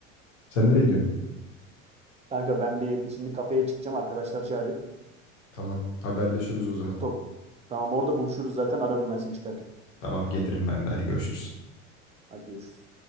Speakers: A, on the left; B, on the right.
A: Sen nereye gidiyorsun?
B: Kanka ben bir şimdi kafeye çıkacağım arkadaşlar çağırıyor.
A: Tamam. Haberleşiriz o zaman.
B: Top. Tamam orada buluşuruz zaten ararım ben seni çıkarken.
A: Tamam gelirim ben de. Hadi görüşürüz.
B: Hadi görüşürüz.